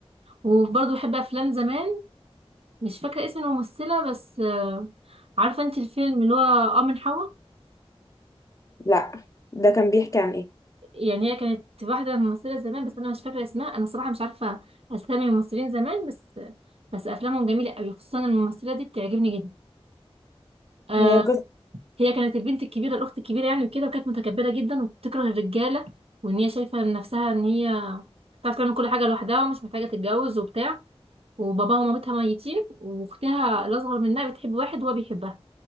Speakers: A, on the right; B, on the left.
A: وبرضه بحب افلام زمان مش فاكرة اسم الممثلة بس آه، عارفة انت الفيلم اللي هو اه من حوا
B: لا ده كان بيحكي عن ايه
A: يعني هي كانت واحدة ممثلة زمان بس انا مش فاكرة اسمها انا صراحة مش عارفة اسامي الممثلين زمان بس بس افلامهم جميلة قوي خصوصا الممثلة دي بتعجبني جدا آه
B: هي قصة
A: هي كانت البنت الكبيرة الاخت الكبيرة يعني وكده وكانت متكبرة جدا وبتكره الرجالة وان هي شايفة نفسها ان هي بتعرف تعمل كل حاجة لوحدها ومش محتاجة تتجوز وبتاع وباباها ومامتها ميتين واختها الاصغر منها بتحب واحد وهو بيحبها